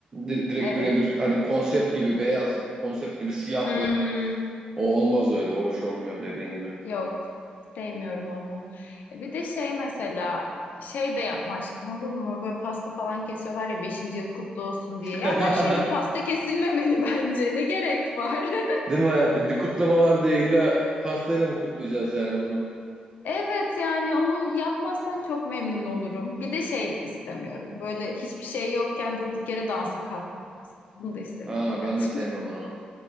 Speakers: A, on the right; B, on the left.
A: Di- Direkt
B: Evet.
A: birebir hani konsept gibi beyaz, konsept gibi siyah
B: Hmm,
A: böyle. O olmaz öyle, o hoş olmuyor dediğin gibi.
B: yok. Sevmiyorum onu. E, Bir de şey mesela şey de yapma aşkım olur mu? Böyle pasta falan kesiyorlar ya beşinci yıl kutlu olsun diye.
A: <laughs>
B: Ya her şeyde pasta kesilmemeli <laughs> bence. Ne gerek var? <laughs>
A: Değil mi hayatım? Bir kutlama var diye illa pastayla mı kutlayacağız yani bunu?
B: Evet yani onu yapmazsan çok memnun olurum. Bir de şey istemiyorum. Böyle hiçbir şey yokken durduk yere dansa kalkmak mesela. Bunu da istemiyorum
A: Ha,
B: hayatım.
A: ben de sevmem
B: <laughs>
A: onu.